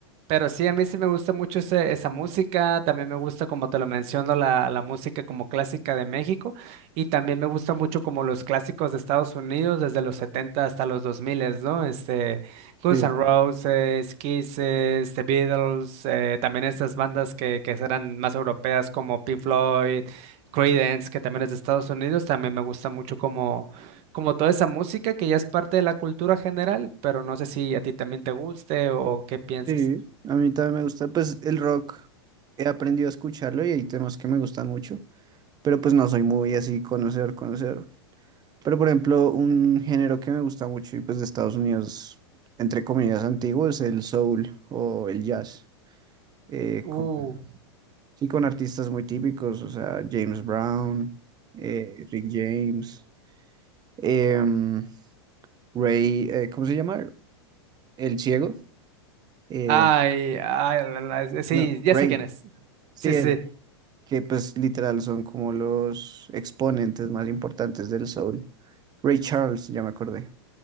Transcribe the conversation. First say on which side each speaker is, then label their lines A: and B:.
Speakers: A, on the right (about 45°); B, on the right (about 30°).
A: Pero sí, a mí sí me gusta mucho ese- esa música, también me gusta, como te lo menciono, la, la música como clásica de México y también me gusta mucho como los clásicos de Estados Unidos, desde los 70 hasta los 2000, ¿no? Este, Guns
B: Sí.
A: N' Roses, Kisses, The Beatles, eh, también estas bandas que, que eran más europeas como Pink Floyd, Creedence, que también es de Estados Unidos, también me gusta mucho como, como toda esa música que ya es parte de la cultura general, pero no sé si a ti también te guste o qué pienses.
B: Sí, a mí también me gusta, pues el rock he aprendido a escucharlo y hay temas que me gustan mucho, pero pues no soy muy así conocer, conocer. Pero por ejemplo, un género que me gusta mucho y pues de Estados Unidos, entre comillas, antiguo es el soul o el jazz, eh,
A: Uh,
B: con, sí, con artistas muy típicos, o sea, James Brown, eh, Rick James, em, Ray, eh, ¿cómo se llama? El ciego, eh,
A: ay, ay, la, la, sí,
B: no,
A: ya
B: Ray,
A: sé quién es.
B: sí,
A: Sí, sí,
B: que pues literal son como los exponentes más importantes del soul. Ray Charles, ya me acordé.